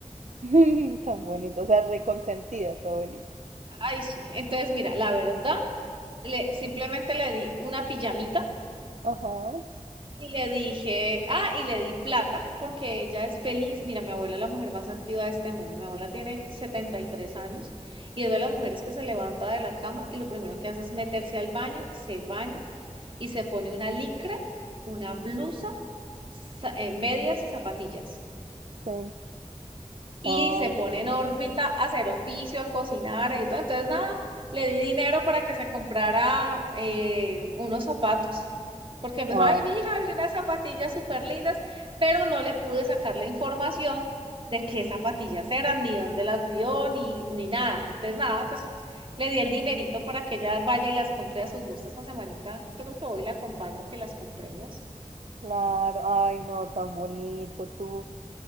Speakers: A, on the right (about 70°); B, on the right (about 45°).
A: <laughs> Tan bonito, o sea, reconsentida tu abuelita.
B: Ay, sí. Entonces, mira, la verdad, le, simplemente le di una pijamita
A: Ajá,
B: Y le dije, ah, y le di plata porque ella es feliz. Mira, mi abuela es la mujer más activa de este mundo. Mi abuela tiene 73 años y es de las mujeres que se levanta de la cama y lo primero que hace es meterse al baño, se baña y se pone una licra, una blusa, sa- eh, medias y zapatillas
A: sí.
B: y
A: Ay,
B: se pone
A: tan
B: en órbita
A: lindo.
B: a hacer oficio, a cocinar y todo. Entonces, nada, le di dinero para que se comprara eh, unos zapatos, porque me
A: Ah,
B: dijo, ay, mi hija, vi unas zapatillas súper lindas, pero no le pude sacar la información de qué zapatillas eran, ni dónde las vio, ni, ni nada. Entonces, nada, pues le di el dinerito para que ella vaya y las compre a su gusto esta semanita. Yo creo que voy y la acompaño que las compremos.
A: claro, ay, no, tan bonito tú.